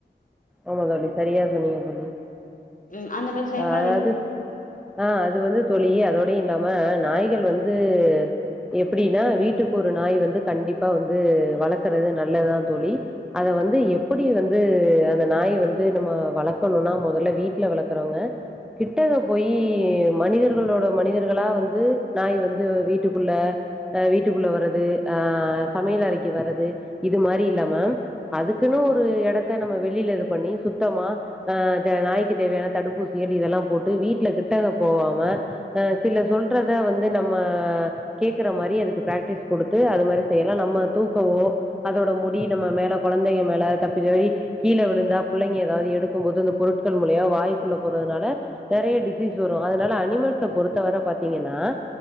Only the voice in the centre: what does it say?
ஆமா தோலி சரியா சொன்னீங்க தோலி
ஆ அதாவது ஆ அது வந்து தோலி அது அதோடயு இல்லாம நாய்கள் வந்து எப்படின்னா வீட்டுக்கு ஒரு நாய் வந்து கண்டிப்பா வந்து வளக்கறது நல்லதுதா தோலி அத வந்து எப்படி வந்து அந்த நாய் வந்து நம்ம வளக்கணுன்னா மொதல்ல வீட்ல வளர்க் அப்றொங்க கிட்ட போயி மனிதர்களோட மனிதர்களா வந்து நாய் வந்து வீட்டுக்குள்ள ஆ வீட்டுக்குள்ள வரது ஆ சமையல் அறைக்கு வர்றது இது மாரி இல்லாம அதுக்குன்னு ஒரு எடத்த நம்ம வெளில இது பண்ணி சுத்தமா ஆ தே நாய்க்கு தேவையான தடுப்பூசிகள் இதெல்லா போட்டு வீட்ல கிட்டக போவாம ஆ சில சொல்றத வந்து நம்ம கேக்குற மாரி அதுக்கு பிராக்டிஸ் குடுத்து அது மாரி செய்யலா நம்ம தூக்கவோ அதோட முடி நம்ம மேல கொழந்தைங்க மேல தப்பி தவரி கீல விலுந்தா புள்ளைங்க ஏதாவது எடுக்கும் போது அந்த பொருட்கள் மூலயா வாய் க்குள்ள போறதனால நெறைய டிசீஸ் வரு அதனால அனிமல்ஸ பொறுத்தவர பாத்தீங்கன்னா